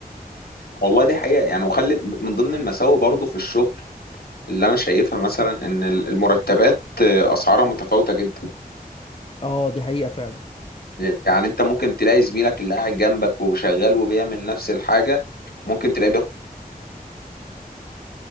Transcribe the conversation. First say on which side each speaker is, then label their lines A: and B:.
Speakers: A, on the left; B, on the left.
A: والله دي حقيقة يعني وخلي من ضمن المساوئ برضو في الشغل اللي انا شايفها مثلا ان ال- المرتبات آه، اسعارها متفاوتة جدا
B: اه دي حقيقه فعلا
A: يعني انت ممكن تلاقي زميلك اللي قاعد جنبك وشغال وبيعمل نفس الحاجة ممكن تلاقيه بياخد